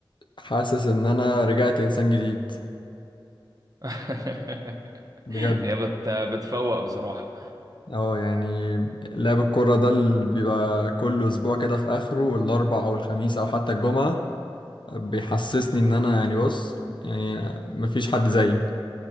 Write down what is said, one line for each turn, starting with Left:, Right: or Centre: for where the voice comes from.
Left: حاسس ان انا رجعت انسان جديد
Right: <laughs>
Left: بجد
Right: هي بت... بتفوق بصراحه
Left: اه يعني لعب الكورة ده اللي بيبقى كل اسبوع كده في اخره الاربع او الخميس او حتى الجمعة بيحسسني ان انا يعني بص يعني مفيش حد زيي